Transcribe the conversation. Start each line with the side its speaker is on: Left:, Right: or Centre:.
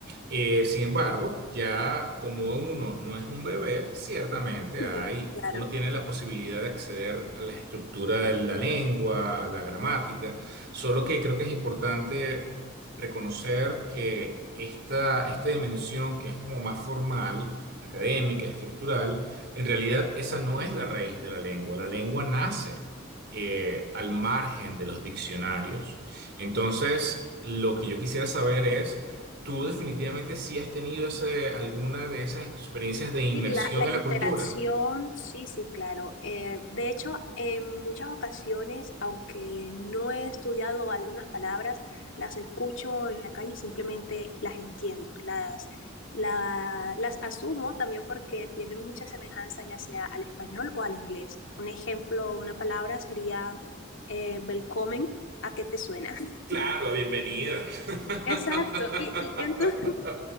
Right: eh, sin embargo, ya como uno no es un bebé, ciertamente
Left: <laughs>
Right: hay,
Left: claro.
Right: uno tiene la posibilidad de acceder a la estructura de la lengua, a la gramática, Solo que creo que es importante reconocer que esta, esta dimensión que es como más formal, académica, estructural, en realidad esa no es la raíz de la lengua. La lengua nace eh, al margen de los diccionarios. Entonces, lo que yo quisiera saber es, ¿tú definitivamente sí has tenido ese- alguna de esas experiencias de inmersión
Left: Sí, la, la
Right: en
Left: interacción,
Right: la cultura?
Left: sí, sí, claro. Eh, de hecho, en muchas ocasiones, aunque no he estudiado algunas palabras, las escucho en la calle y simplemente las entiendo, las, la- las asumo también porque tienen mucha semejanza ya sea al español o al inglés. Un ejemplo, una palabra sería eh, "Willkommen", ¿a qué te suena? <laughs>
Right: Claro, bienvenida. <laughs>
Left: Exacto, y, y entonces...